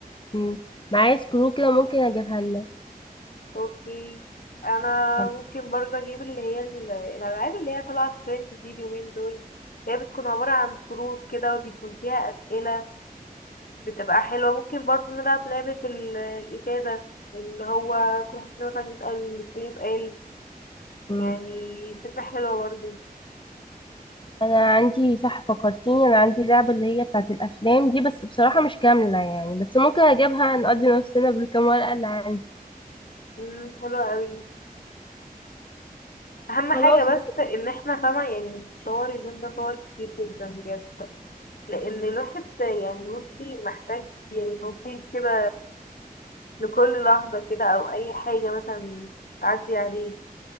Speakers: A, on the left; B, on the left.
A: مم. معايا سكرو كده ممكن اجيبها لنا
B: اوكي انا
A: طب،
B: ممكن برضه اجيب اللي هي ال- الالعاب اللي هي طالعه ترند دي اليومين دول اللي هي بتكون عباره عن كروت كده وبيكون فيها اسئله بتبقى حلوه ممكن برضه نلعب لعبه ال- الازازه اللي هو كل واحد فينا مثلا يسال التاني سؤال
A: مم.
B: يعني فكره حلوه برضه
A: انا عندي صح فكرتيني انا عندي لعبة اللي هي بتاعت الافلام دي بس بصراحة مش كاملة يعني بس ممكن اجيبها نقضي نفسنا بالكام ورقة اللي عندي
B: امم حلوه قوي اهم حاجه
A: خلاص ماشي.
B: بس ان احنا فاهمه يعني صور اليوم ده صور كتير جدا بجد لان الواحد يعني بصي محتاج يعني توصيل كده لكل لحظة كده او اي حاجة مثلا تعدي عليه